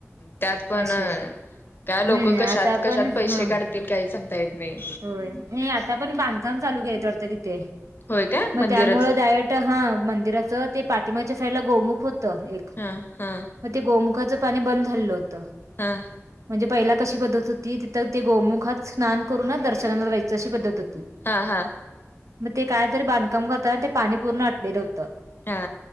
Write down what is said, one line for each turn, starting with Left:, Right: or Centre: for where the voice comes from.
Left: त्यात पण
Right: अशी आहेत.
Left: काय लोक
Right: हम्म
Left: कशात
Right: आता
Left: कशात
Right: पण
Left: पैसे
Right: ह
Left: काढ -तील काही सांगता येत नाही.
Right: नाही आता पण बांधकाम चालू केलेत वाटतं तिथे
Left: होय काय
Right: मग
Left: मंदिराच
Right: त्यामुळे डायरेक्ट हा, मंदिराचं ते पाटिमागच्या साइडला गोमुख होतं एक
Left: हा हा!
Right: मग ते गोमुखाचं पाणी बंद झालेलं होतं.
Left: हम्म!
Right: म्हणजे पहिला कशी पद्धत होती तिथं ते गोमुखात स्नान करूनच दर्शनाला जायचं अशी पद्धत होती.
Left: हा हा!
Right: मग ते काय तरी बांधकाम करता आणि ते पाणी पूर्ण अटलेलं होतं
Left: हा.